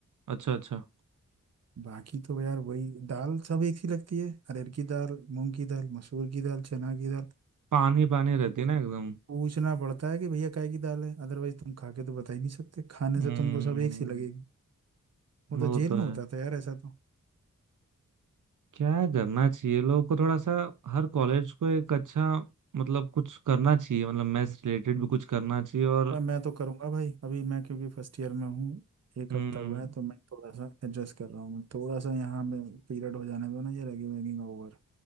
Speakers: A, on the right; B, on the right.
A: अच्छा अच्छा
B: बाकी तो यार वही दाल सब एक सी लगती है अरहर की दाल मूंग की दाल मसूर की दाल चना की दाल
A: पानी पानी रहती
B: तुमको
A: है ना एकदम
B: पूछना पड़ता है कि भैया काय की दाल है अदरवाइज तुम खा के तो बता ही नहीं सकते खाने
A: हम्म
B: से तुमको सब एक सी लगेगी वो
A: वो
B: तो जेल
A: तो
B: में
A: है
B: होता था यार ऐसा तो
A: क्या करना चाहिए लोगों को थोड़ा सा हर कॉलेज को एक अच्छा मतलब कुछ करना चाहिए मतलब मैथ्स रिलेटेड भी कुछ करना चाहिए और
B: अब मैं तो करूंगा भाई अभी मैं क्योंकि फर्स्ट ईयर में हूँ एक
A: हम्म
B: हफ्ता हुआ है तो मैं थोड़ा सा एडजस्ट कर रहा हूँ थोड़ा सा यहाँ में पीरियड हो जाने दो ना ये रैगिंग वैगिंग ओवर